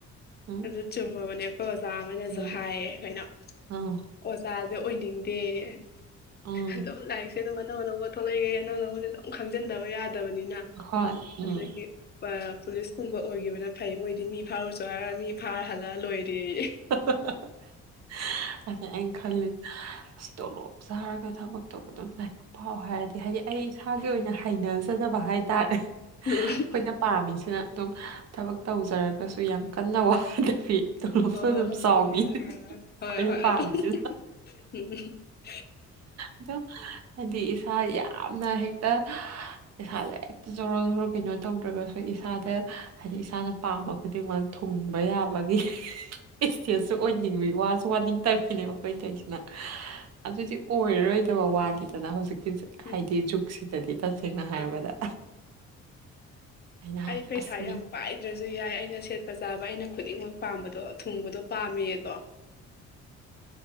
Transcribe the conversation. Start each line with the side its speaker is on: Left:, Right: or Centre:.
Right: ꯎꯝ
Left: ꯑꯗꯨ ꯆꯨꯝꯃꯕꯅꯦ ꯑꯩꯈꯣꯏ ꯑꯣꯖꯥ ꯑꯃꯅꯁꯨ
Right: ꯎꯝ
Left: ꯍꯥꯏꯌꯦ ꯑꯩꯈꯣꯏꯅ
Right: ꯑꯥ
Left: ꯑꯣꯖꯥꯁꯦ ꯑꯣꯏꯅꯤꯡꯗꯦꯌꯦ
Right: ꯎꯝ
Left: ꯑꯗꯨꯝ ꯂꯥꯏꯔꯤꯛ ꯀꯩꯅꯣꯝ ꯑꯅꯧ ꯑꯅꯧꯕ ꯊꯣꯛꯂꯛꯏꯒꯩ ꯑꯅꯧ ꯑꯅꯧꯕꯁꯦ ꯑꯗꯨꯝ ꯈꯪꯖꯤꯟꯗꯕ ꯌꯥꯗꯕꯅꯤꯅ
Right: ꯍꯣꯏ ꯎꯝ
Left: ꯑꯗꯒꯤ ꯄꯥ ꯄꯨꯂꯤꯁꯀꯨꯝꯕ ꯑꯣꯏꯈꯤꯕꯅ ꯐꯩ ꯃꯣꯏꯗꯤ ꯃꯤ ꯐꯥꯔꯨꯆꯣ ꯍꯥꯏꯔ ꯃꯤ ꯐꯔꯥ ꯍꯜꯂꯛꯑ ꯂꯣꯏꯔꯦꯌꯦ꯫
Right: <unintelligible> ꯑꯗ ꯑꯩꯅ ꯈꯜꯂꯤ ꯑꯁ ꯇꯣꯂꯣꯞ ꯆꯥꯔꯒ ꯊꯕꯛ ꯇꯧꯕ ꯑꯗꯨꯝ <unintelligible> ꯐꯥꯎ ꯍꯥꯏꯔꯗꯤ ꯍꯥꯏꯗꯤ ꯑꯩ ꯏꯁꯥꯁꯤ ꯑꯣꯏꯅ ꯍꯩꯅꯖꯗꯕ ꯍꯥꯏꯇꯥꯔꯦ
Left: <unintelligible>
Right: ꯑꯩꯈꯣꯏꯅ ꯄꯥꯝꯃꯤꯁꯤꯅ ꯑꯗꯨꯝ ꯊꯕꯛ ꯇꯧꯖꯔꯒꯁꯨ ꯌꯥꯝ ꯀꯟꯅ ꯋꯥꯗꯕꯤ ꯇꯣꯂꯣꯞꯁꯨ
Left: ꯍꯣꯏ <unintelligible>
Right: ꯑꯗꯨꯝ ꯆꯥꯎꯕꯤ ꯑꯩꯈꯣꯏꯅ
Left: ꯍꯣꯏ ꯍꯣꯏ
Right: ꯄꯥꯝꯃꯤꯁꯤꯅ
Left: ꯑꯗꯨ <unintelligible>
Right: ꯑꯗꯨꯝ ꯍꯥꯏꯗꯤ ꯏꯁꯥ ꯌꯥꯝꯅ ꯍꯦꯛꯇ ꯏꯁꯥꯗ ꯍꯦꯛꯇ ꯖꯣꯔꯣ ꯖꯣꯔꯣ ꯀꯩꯅꯣ ꯇꯧꯗ꯭ꯔꯒꯁꯨ ꯏꯁꯥꯗ ꯍꯥꯏꯗꯤ ꯏꯁꯥꯅ ꯄꯥꯝꯕ ꯈꯨꯗꯤꯡꯃꯛ ꯊꯨꯡꯕ ꯌꯥꯕꯒꯤ ꯏꯁꯇꯦꯁꯗꯨ ꯑꯣꯏꯅꯤꯡꯕꯩ ꯋꯥꯁꯨ ꯋꯥꯅꯤꯡ ꯇꯕꯤꯅꯦꯕ ꯑꯩꯈꯣꯏ ꯇꯩꯋꯤꯁꯤꯅ ꯑꯗꯨꯗꯤ ꯑꯣꯏꯔꯔꯣꯏꯗꯕ ꯋꯥꯅꯤꯗꯅ ꯍꯧꯖꯤꯛꯀꯤꯁꯦ
Left: ꯎꯝ ꯎꯝ
Right: ꯍꯥꯏꯗꯤ
Left: ꯎꯝ
Right: ꯖꯨꯛꯁꯤꯗꯗꯤ ꯇꯁꯦꯡꯅ ꯍꯥꯏꯔꯕꯗ
Left: ꯎꯝ
Right: ꯑꯩꯅ ꯍꯥꯏꯅ
Left: ꯑꯩ ꯄꯩꯁꯥ
Right: ꯑꯁ ꯃꯤ
Left: ꯌꯥꯝ ꯄꯥꯏꯗ꯭ꯔꯁꯨ ꯌꯥꯏ ꯑꯩꯅ ꯁꯦꯠꯄ ꯆꯥꯕ ꯑꯩꯅ ꯈꯨꯗꯤꯡꯃꯛ ꯄꯥꯝꯕꯗꯣ ꯊꯨꯡꯕꯗꯣ ꯄꯥꯝꯃꯦꯌꯦꯗꯣ